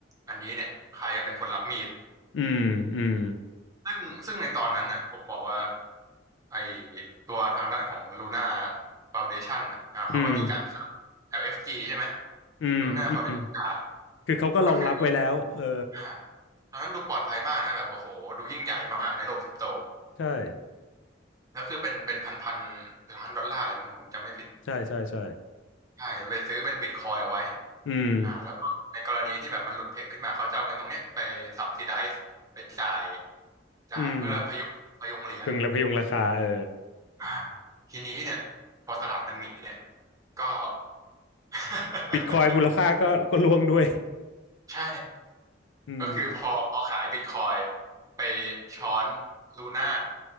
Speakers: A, on the right; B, on the left.
A: อันนี้เนี่ยใครเป็นคนรับมีด
B: อืม อืม
A: ซึ่งซึ่งในตอนนั้นน่ะผมบอกว่าไอตัวทางด้านของ Luna Foundation น่ะอ่าเขาก็มีการสร้าง
B: อืม
A: LFG ใช่ไหม
B: อืม
A: Luna
B: อืม
A: Foundation ครับ
B: คือเขาก็รองรับไว้แล้วเออ
A: ก็คืออ่าตอนนั้นดูปลอดภัยมากนะแบบโอ้โหดูยิ่งใหญ่มากในโลกคริปโต
B: ใช่
A: แล้วคือเป็นเป็นพันพันล้านดอลลาร์เลยมั้งผมจำไม่ผิด
B: ใช่ใช่ ใช่
A: ใช่ไปซื้อเป็นบิตคอยเอาไว้
B: อืม
A: อ่าแล้วก็ในกรณีที่แบบมันหลุดเพกขึ้นมาเขาจะเอาเงินตรงเนี้ยไปซับซิไดซ์ไปจ่ายจ่ายเพื่อพยุงพยุงเหรียญ
B: อืมพึงและพยุงราคาเออ
A: อ่าทีนี้เนี่ยพอตลาดมันหมีเนี่ยก็ <laughs>
B: บิตคอยนมูลค่าก็ก็ร่วงด้วย
A: ใช่
B: อืม
A: ก็คือพอพอขายบิตคอยไปช้อนลูน่า